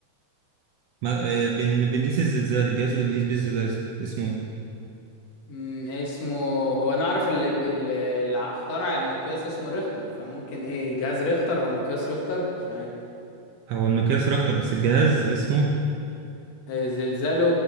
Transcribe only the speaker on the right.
ما- آه، بن... بنقيس الزلزال الجهاز اللي بنقيس بيه الزلازل اسمه ايه؟
هو المقياس رختر بس الجهاز اسمه